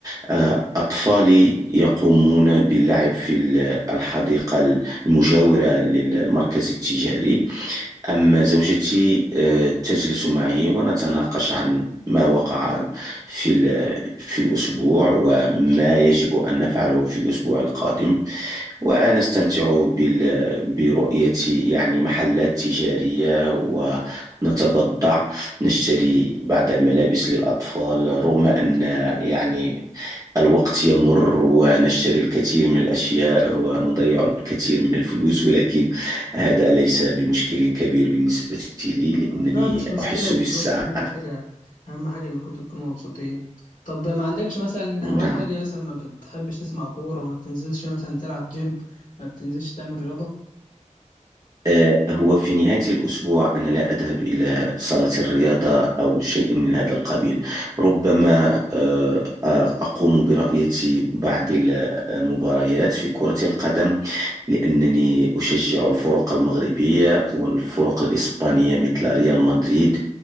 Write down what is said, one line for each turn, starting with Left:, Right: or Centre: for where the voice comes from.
Right: آه،
Left: مم.
Right: أطفالي يقومون باللعب في ال- الحديقة المجاورة للمركز التجاري أما زوجتي آه، تجلس معي ونتناقش عن ما وقع في ال- في الأسبوع وما يجب أن نفعله في الأسبوع القادم ونستمتع بال... برؤية يعني محلات تجارية ونتبضع نشتري بعض الملابس للأطفال رغم أن يعني الوقت يمر ونشتري الكثير من الأشياء ونضيع الكثير من الفلوس ولكن هذا ليس بمشكل كبير بالنسبة لي
Left: آه،
Right: لأنني
Left: لا مش مشكلة
Right: أحس
Left: الفلوس
Right: بالسعادة
Left: أهم حاجة أهم حاجة إن كنتوا تكونوا مبسوطين طب ما عندكش مثلا هوايات
Right: نعم
Left: تانية مثلا ما بتحبش تسمع كورة ما بتنزلش مثلا تلعب جيم ما بتنزلش تعمل رياضة
Right: آه، هو في نهاية الأسبوع أنا لا أذهب إلى صالة الرياضة أو شيء من هذا القبيل ربما آه، آه، أقوم برؤية بعض ال- المباريات في كرة القدم لأنني أشجع الفرق المغربية والفرق الإسبانية مثل ريال مدريد